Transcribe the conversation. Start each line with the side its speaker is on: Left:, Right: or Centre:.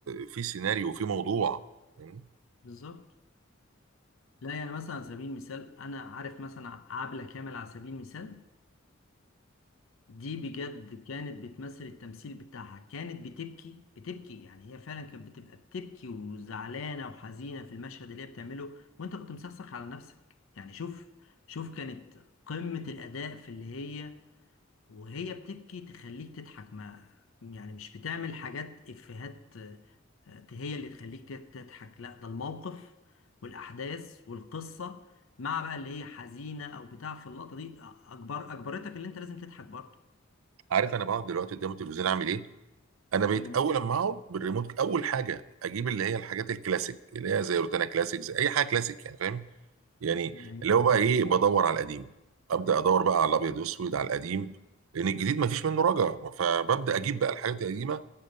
Right: في سيناريو وفي موضوع مم.
Left: بالظبط لا يعني مثلا على سبيل المثال انا عارف مثلا عبلة كامل على سبيل المثال دي بجد كانت بتمثل التمثيل بتاعها كانت بتبكي بتبكي يعني هي فعلا كانت بتبقى بتبكي وزعلانة وحزينة في المشهد اللي هي بتعمله وانت كنت مسخسخ على نفسك يعني شوف شوف كانت قمة الأداء في اللي هي وهي بتبكي تخليك تضحك ما يعني مش بتعمل حاجات إفيهات آه، آه، هي اللي تخليك تت- تضحك لا ده الموقف والأحداث والقصة مع بقى اللي هي حزينة أو بتاع في اللقطة دي آه، أجبر أجبرتك اللي أنت لازم تضحك برضه
Right: عارف انا بقعد دلوقتي قدام التلفزيون اعمل ايه انا بقيت
Left: مم.
Right: اول لما اقعد بالريموت اول حاجه اجيب اللي هي الحاجات الكلاسيك اللي هي زي روتانا كلاسيك زي اي حاجه كلاسيك يعني فاهم يعني
Left: يعني
Right: اللي هو بقى ايه بدور على القديم ابدا ادور بقى على الابيض والاسود على القديم لان الجديد ما فيش منه رجا فببدا اجيب بقى الحاجات القديمه